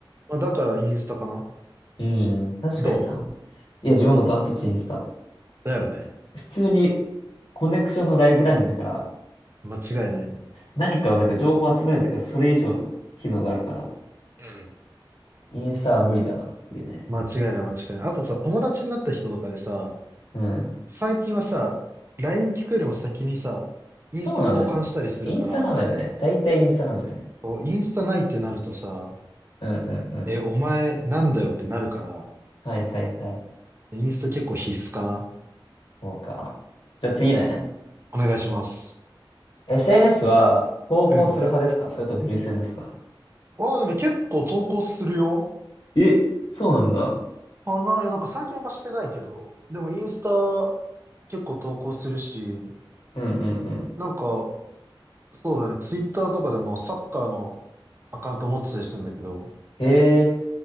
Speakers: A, on the right; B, on the left.
A: まあ、だからインスタかな
B: うん。確かにな。
A: ど
B: いや、自分もダントツインスタ。
A: うだよね。
B: 普通にコネクションのライフラインだから、
A: 間違いないね。
B: 何かをなんか情報を集めるというか、それ以上の機能があるから、
A: うん。
B: インスタは無理だなっていうね。
A: 間違いない間違いない。あとさ、友達になった人とかでさ、
B: うん。
A: 最近はさ、LINE 聞くよりも先にさ、インスタ交換したりするから、
B: そうなのよ。インスタなんだよね。大体インスタなんだよね。
A: そう、インスタないってなるとさ、
B: うんうんうん。
A: え、お前なんだよってなるから、
B: はいはいはい。
A: インスタ結構必須かな。
B: そうか。じゃあ次ね。
A: お願いします。
B: SNS は投稿する派ですかそれとビル戦ですか
A: うん。ああ、でも結構投稿するよ。
B: え、そうなんだ。
A: かな、いや、なんか最近あんましてないけど、でもインスタ結構投稿するし、
B: うんうんうん。
A: なんか、そうだね、ツイッターとかでもサッカーのアカウント持ってたりするんだけど、
B: へえ、